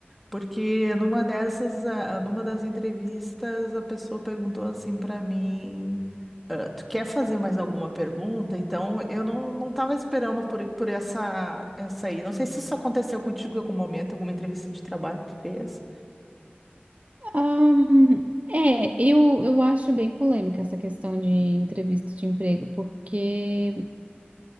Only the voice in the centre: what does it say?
Porque numa dessas, ah, numa das entrevistas, a pessoa perguntou assim pra mim, ah, tu quer fazer mais alguma pergunta? Então, eu não, não tava esperando por, por essa, essa aí. Não sei se isso aconteceu contigo em algum momento, alguma entrevista de trabalho que tu fez.